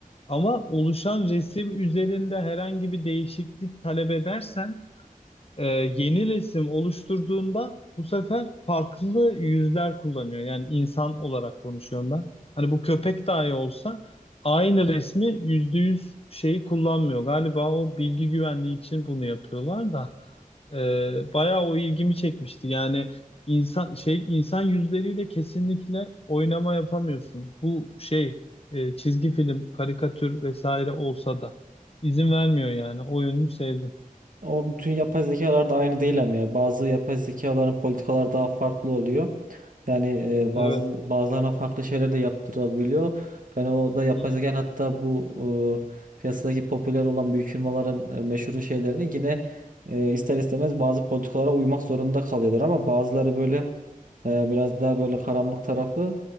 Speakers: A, on the left; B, on the right.
A: Ama oluşan resim üzerinde herhangi bir değişiklik talep edersen e, yeni resim oluşturduğunda bu sefer farklı yüzler kullanıyor. Yani insan olarak konuşuyorum ben. Hani bu köpek dahi olsa aynı resmi yüzde yüz şeyi kullanmıyor. Galiba o bilgi güvenliği için bunu yapıyorlar da e, bayağı o ilgimi çekmişti. Yani insan şey insan yüzleriyle kesinlikle oynama yapamıyorsun. Bu şey e, çizgi film, karikatür vesaire olsa da izin vermiyor yani. O yönünü sevdim.
B: O bütün yapay zekalar da aynı değil ama ya bazı yapay zekaların politikalar daha farklı oluyor. Yani e, bazı
A: Evet.
B: bazılarına farklı şeyler de yaptırabiliyor. Yani o da yapay
A: Hı.
B: zeka hatta bu e, piyasadaki popüler olan büyük firmaların e, meşhur şeylerini yine e, ister istemez bazı politikalara uymak zorunda kalıyorlar ama bazıları böyle e, biraz daha böyle karanlık tarafı